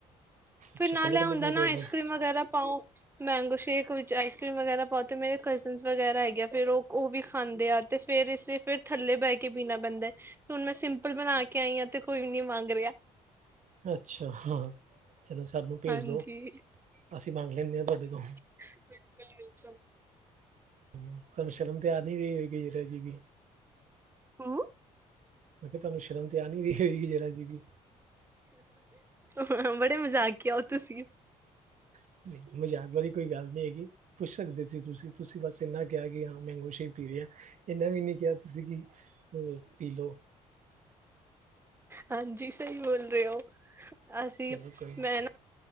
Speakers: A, on the right; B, on the right.
A: ਅੱਛਾ
B: ਫਿਰ ਨਾਲ
A: ਕੱਲੇ
B: ਇਹ
A: ਕੱਲੇ
B: ਹੁੰਦਾ
A: ਪੀ
B: ਨਾ
A: ਰਹੇ
B: ਆਈਸ
A: ਹੋ ਫਿਰ
B: ਕਰ੍ਰੀਮ ਵਗੈਰਾ ਪਾਓ ਮੈਂਗੋ ਸ਼ੇਕ ਵਿੱਚ ਆਈਸ ਕਰ੍ਰੀਮ ਵਗੈਰਾ। ਪਾਤੇ ਮੇਰੇ ਕਜ਼ਨਸ ਵਗੈਰਾ ਹੈਗੇ ਹੈ ਫੇਰ ਉਹ ਵੀ ਖਾਂਦੇ ਆ। ਤੇ ਫਿਰ ਇਸੇ ਫਿਰ ਥੱਲੇ ਬਹਿ ਕੇ ਪੀਣਾ ਪੈਂਦਾ। ਤੇ ਹੁਣ ਮੈਂ ਸਿੰਪਲ ਬਣਾ ਕੇ ਆਈ ਹਾਂ ਤੇ ਕੋਈ ਨੀ ਮੰਗ ਰਿਹਾ।
A: ਅੱਛਾ ਹਾਂ ਚਲੋ ਸਾਨੂੰ ਭੇਜ
B: ਹਾਂਜੀ
A: ਦੋ ਅਸੀਂ ਮੰਗ ਲੈਂਦੇ ਹਾਂ ਤੁਹਾਡੇ ਤੋਂ
B: ਬਿਲਕੁੱਲ ਬਿਲਕੁੱਲ
A: ਤੁਹਾਨੂੰ ਸ਼ਰਮ ਤਾਂ ਆ ਨਹੀਂ ਰਹੀ ਹੋਏਗੀ ਜ਼ਰਾ ਜੀ
B: ਹਾਂ।
A: ਮੈਂ ਕਿਹਾ ਤੇਨੂੰ ਸ਼ਰਮ ਤੇ ਆ ਨੀ ਰਹੀ ਹੋਏਗੀ ਜ਼ਰਾ ਜੀ ਵੀ
B: ਹਾਂ ਬੜੇ ਮਜ਼ਾਕੀਆ ਓ ਤੁਸੀਂ।
A: <unintelligible> ਕੋਈ ਗੱਲ ਨੀ ਹੈਗੀ ਪੁੱਛ ਸਕਦੇ ਸੀ ਤੁਸੀ, ਤੁਸੀ ਬੱਸ ਇੰਨਾ ਕਿਹਾ ਕਿ ਹਾ ਮੈਂਗੋ ਸ਼ੇਕ ਪੀ ਰਹੇ ਹਾ। ਇਹਨਾ ਵੀ ਨੀ ਕਿਹਾ ਤੁਸੀ ਕਿ ਅ ਪੀ ਲਓ।
B: ਹਾਂਜੀ ਸਹੀ ਬੋਲ ਰਹੇ ਹੋ ਅਸੀ
A: ਚਲੋ ਕੋਈ ਨਹੀਂ
B: ਮੈਂ ਨਾ